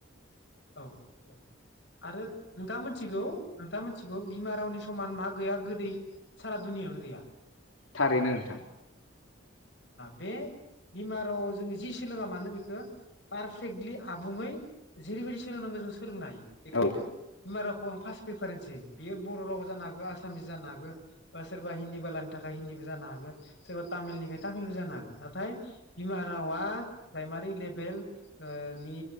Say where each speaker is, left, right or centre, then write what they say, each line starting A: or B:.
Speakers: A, on the left; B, on the left.
A: औ औआरो नोंथाङा मिथिगौ नोंथाङा मिथिगौ बिमा रावनि समान मा गैया गोदै सारा दुनिआवनो गैया
B: थारैनो नोंथां।
A: बे बिमा रावआव जोङो जि सोलोङा मानो बेखो पारफेक्टलि आबुङै जेरैबायदि सोलोंनांगौ जों सोलोंनो हायो बेखायनो
B: औ
A: बिमारावखौ खफाच बेफारेन्सि बियो बर' राव जानो हागौ आसामिस जानो हागौ बा सोरबा हिन्दी बालानि थाखाय हिन्दीबो जानो हागौ सोरबा तामिलनि तामिलबो जानो हागोन। नाथाय बिमा रावा प्राइमारि लेभेल नि